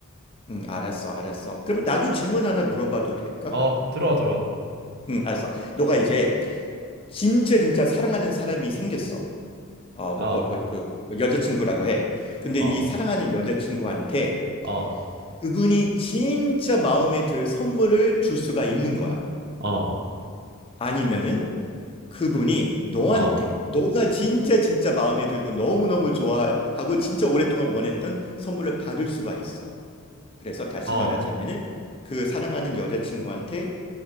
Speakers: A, on the left; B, on the right.
A: 응, 알았어, 알았어. 그럼 나도 질문 하나 물어봐도 될까?
B: 어, 들어와, 들어와.
A: 응, 알았어. 너가 이제 진짜 진짜 사랑하는 사람이 생겼어. 어, 뭐,
B: 어,
A: 뭐, 뭐, 그, 뭐 여자친구라고 해. 근데
B: 어,
A: 이 사랑하는 여자친구한테
B: 어,
A: 그분이 진짜 마음에 들 선물을 줄 수가 있는 거야.
B: 어,
A: 아니면은 그분이 너한테
B: 어,
A: 너가 진짜 진짜 마음에 들고 너무너무 좋아하고 진짜 오랫동안 원했던 선물을 받을 수가 있어. 그래서 다시
B: 어,
A: 말하자면은 그 사랑하는 여자친구한테